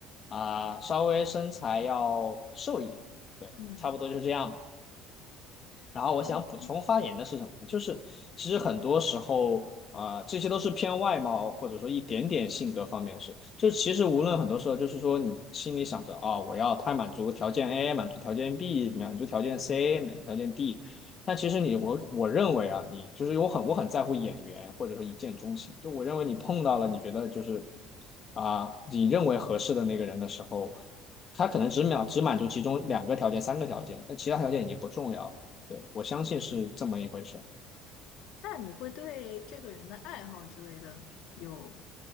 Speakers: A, on the left; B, on the left.
A: 啊、稍微身材要瘦一点，对，
B: 嗯，
A: 差不多就是这样吧。然后我想补充发言的是什么？
B: 嗯，
A: 就是其实很多时候啊、呃这些都是偏外貌或者说一点点性格方面的事。就其实无论很多时候，就是说你心里想着啊、我要他满足条件 A，满足条件 B，满足条件 C，满足条件 D。但其实你我我认为啊，你就是我很我很在乎眼缘或者说一见钟情。就我认为你碰到了你觉得就是啊、你认为合适的那个人的时候，他可能只满只满足其中两个条件、三个条件，但其他条件已经不重要了。对，我相信是这么一回事
B: 那你会对这个人的爱好之类的有